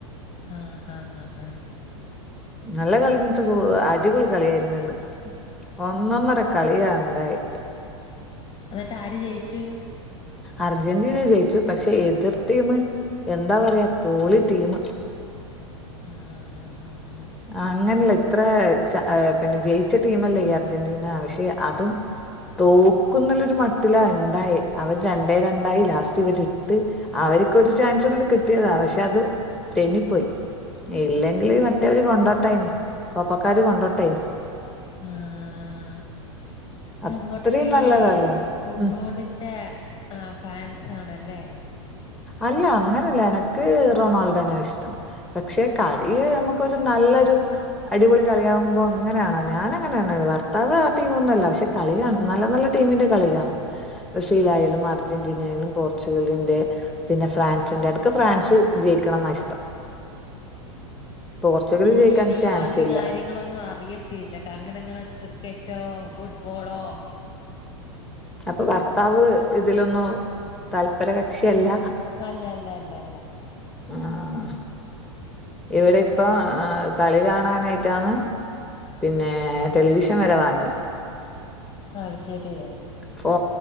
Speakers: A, on the left; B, in the centre.
A: ആഹ് ഹാ ഹാ ഹാ
B: നല്ല കളി എന്ന് വെച്ചാ അടിപൊളി കളിയായിരുന്നു ഇന്ന് ഒന്നൊന്നര കളിയാ ഉണ്ടായി
A: എന്നിട്ട് ആര് ജയിച്ചു
B: അർജന്റീന ജയിച്ചു പക്ഷെ എതിർ ടീം എന്താ പറയാ പൊളി ടീംമ്
A: ഉംഹ് ഉംഹ് ഉംഹ്
B: അങ്ങനല്ല ഇത്ര പിന്നെ ജയിച്ച ടീമല്ലേ ഈ അർജന്റീന പക്ഷെ അതും തോക്കുന്നുള്ളൊരു മട്ടിലാ ഉണ്ടായേ അവര് രണ്ടേ രണ്ടായി ലാസ്റ്റ് ഇവരെട്ട് അവരക്ക് ഒരു ചാൻസും കൂടി കിട്ടിയതാ പക്ഷെ അത് തെന്നിപ്പോയി ഇല്ലെങ്കില് മ റ്റവര് കൊണ്ടോട്ടായിന് കോപ്പക്കാര് കൊണ്ടോട്ടയിന്
A: ആഹ്
B: അത്രയും
A: അങ്ങോട്ടൊക്കെ
B: നല്ല
A: ഈ
B: കളിയാണ്
A: ഫുട്ബോളിന്റെ
B: ഉം
A: ആഹ് ഫാൻസ് ആണല്ലേ
B: അല്ല അങ്ങനെയല്ല എനക്ക് റൊണാൾഡോനെ ഇഷ്ടം പക്ഷെ കളിയ് നമു ക്കൊരു നല്ലൊരു അടിപൊളി കളിയാവുമ്പോ അങ്ങനെയാണ ഞാനങ്ങനെയാണ് ഭർത്താവ് ആഹ് ടീമ് ഒന്നും അല്ല പക്ഷെ കളി കാണും നല്ല നല്ല ടീമിന്റെ കളി കാണും ബ്രസീലായാലും
A: ആഹ്
B: അർ ജന്റീനയായാലും പോർച്ചുഗലിന്റെ പിന്നെ ഫ്രാൻസിന്റെ എനക്ക് ഫ്രാൻസ് ജയിക്കണംന്നാ ഇഷ്ടം പോർച്ചുഗൽ
A: എനിക്ക്
B: ജയിക്കാൻ
A: പിന്നെ
B: ചാൻസ്
A: ഈ മാതിരി
B: ഇല്ല
A: കാര്യ ങ്ങളൊന്നും അറിയത്തില്ല അങ്ങനങ്ങനെ ക്രിക്കറ്റോ ഫുട്ബോളോ
B: അപ്പൊ ഭർത്താവ് ഇതിലൊന്നും തല്പര കക്ഷിയല്ല
A: അല്ല അല്ല അല്ല അല്ല
B: ആഹ് ഇവിടെ ഇപ്പൊ
A: ആഹ്
B: കളി കാണാനായിട്ടാണ് പിന്നെ ടെലിവിഷൻ വരെ വാങ്ങി
A: അത് ശരി
B: ഫോ